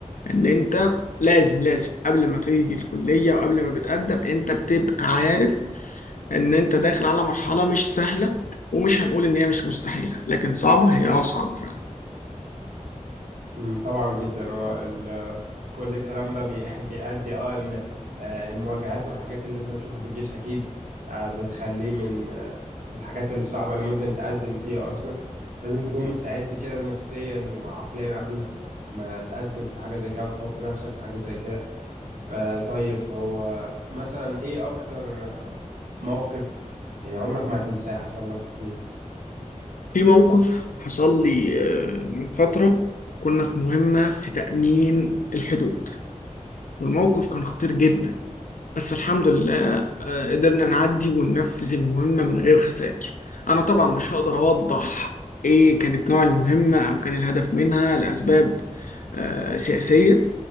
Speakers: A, on the left (about 80°); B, on the right (about 80°).
A: إن أنت لازم لازم قبل ما تيجي الكلية وقبل ما بتقدم أنت بتبقى عارف إن أنت داخل على مرحلة مش سهلة ومش هنقول إن هي مش مستحيلة لكن صعبة هي أه صعبة فعلا
B: مم، طبعا جدا هو كل الكلام ده بي- <laughs> بيؤدي اه ان آه، المواجهات والحاجات اللي انت بتشوفها في الجيش اكيد آه، بتخليه من آه، الحاجات الصعبة اللي ممكن تقدم فيها اصلا لازم تكون مستعد كده نفسيا وعقليا قبل ما تقدم في حاجة زي كده وتحط نفسك في حاجة زي كده آه، طيب هو مثلا ايه اكتر آه، موقف يعني عمرك ما هتنساه حصل لك في الجيش
A: في موقف حصل لي آه، من فترة كنا في مهمة في تأمين الحدود والموقف كان خطير جدا بس الحمد لله آه، قدرنا نعدي وننفذ المهمة من غير خسائر أنا طبعا مش هقدر أوضح إيه كانت نوع المهمة أو كان الهدف منها لأسباب آه، سياسية